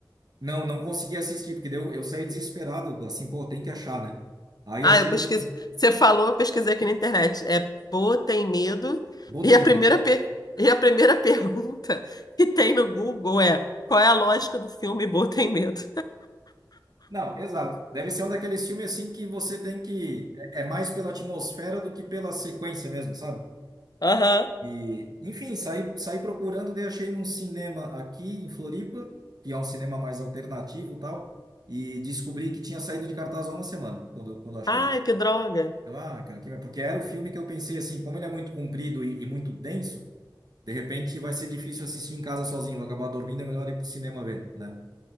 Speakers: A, on the right; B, on the left.
A: Não, não consegui assistir, porque daí eu, eu saí desesperado, assim, pô, tem que achar, né? Aí
B: Ah,
A: achei,
B: eu pesquisei.
A: no-
B: Você falou, eu pesquisei aqui na internet. É Pô, tem medo.
A: botei
B: E a primeira,
A: medo.
B: pe- e a primeira <laughs> pergunta que tem no Google é: qual é a lógica do filme Pô, tem medo?
A: Não, exato. Deve ser um daqueles filmes assim que você tem que. É é mais pela atmosfera do que pela sequência mesmo, sabe?
B: <laughs> Aham.
A: E, enfim, saí, saí procurando, daí achei num cinema aqui em Floripa, que é um cinema mais alternativo e tal, e descobri que tinha saído de cartaz há uma semana, quando, quando achei.
B: Ai, que droga.
A: Eu, ah, cara, que... porque era o filme que eu pensei assim, como ele é muito comprido e e muito denso. De repente vai ser difícil assistir em casa sozinho, vou acabar dormindo, é melhor ir pro cinema ver, né?